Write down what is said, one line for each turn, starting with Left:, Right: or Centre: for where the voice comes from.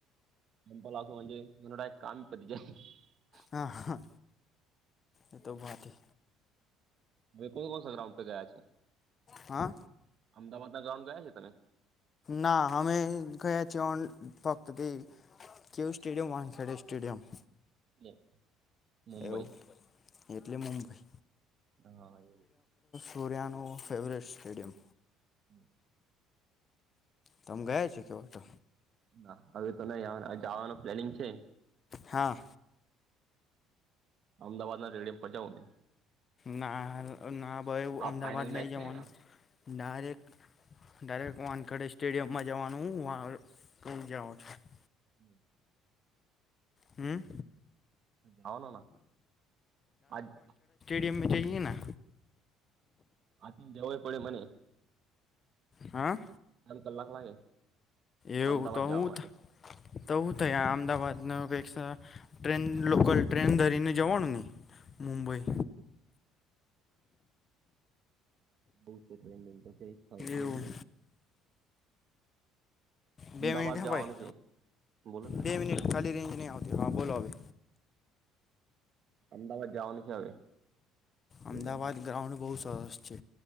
Right: <unintelligible>
Left: હા હા એ તો ભથી.
Right: ભવે કોણ કો ગ્રાઉન્ડ તો ગયા છે
Left: હા
Right: અમદાવાદ ના ગ્રાઉન્ડ ગયા છે તમે.
Left: ના અમે ગયા છીએ ઓન. ભક્તતે કવ સ્ટેડિમ વાનખેડે સ્ટેડિયમ.
Right: એ. મુંબઈ
Left: એવું એટલે મુંબઈ
Right: હા એવું.
Left: સૂર્યાનું ફેવરેટ સ્ટેડિયમ.
Right: <inaudible>
Left: તમ ગયા છ કેવ તો.
Right: ના હવે તો નહી જવાનું પ્લેનિંગ છે.
Left: હા.
Right: અમદાવાદ ના રેડિયમ પટે્યાવને.
Left: ના ના ભાઈ
Right: આ
Left: અમદાવાદ
Right: ફાઈનલ મેચ
Left: નહી
Right: છે
Left: જવાનું
Right: ને
Left: ડાયરેક્ટ. ડાયરેક વાનખડે સ્ટેડિયમમાં જવાનું જા છું.
Right: હમ.
Left: હમ્મ.
Right: હવાલ ના આ <unintelligible>
Left: એમ જઇએ ના.
Right: આથી જવું પડે મને.
Left: હા.
Right: ત કલાક લાગે.
Left: એવું
Right: અમદાવાદ
Left: તો
Right: જવા
Left: હું
Right: માટે
Left: થ થય આ અમદાવાદ. પેક્ષા ટ્રેન લોકલ ટ્રેન ધરીને જવાનું નહી. મુંબઈ.
Right: બઉ છે ટ્રેનિ
Left: એવું
Right: એને.
Left: બે
Right: અમદાવાદ
Left: મિનિટ હ
Right: જવાનું
Left: ભાઈ
Right: છે બોલો ને તમે
Left: બે મિનિટ ખાલી રેન્જ નહી આવતી હા બોલો હવે.
Right: અમદાવાદ જવાનું છે હવે. સ્ટેડિયમમાં
Left: અમદાવાદ ગ્રાઉન્ડ બહુ સરસ છે.